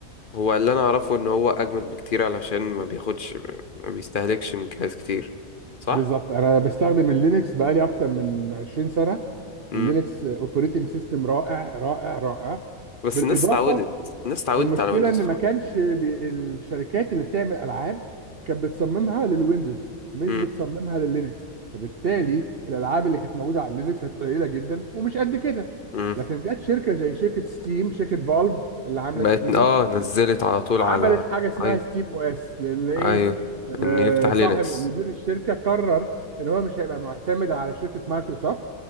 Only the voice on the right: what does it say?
بالظبط انا بستخدم اللينكس بقالي اكتر من 20 سنه
اللينكس اوبريتنج سيستم رائع رائع رائع
بالاضافه
المشكله
ان
ما كانش بي- الشركات اللي بتعمل العاب كانت بتصممها للويندوز مش
بتصممها لللينكس فبالتالي الالعاب اللي كانت موجوده على اللينكس كانت قليله جدا ومش قد كده
لكن جت شركه زي شركه ستيم شركه فالف اللي عامله
ستيم
عملت
حاجه اسمها
ستيم او اس لان ايه
آه،
صاحب مدير الشركه قرر ان هو مش هيبقى معتمد على شركه مايكروسوفت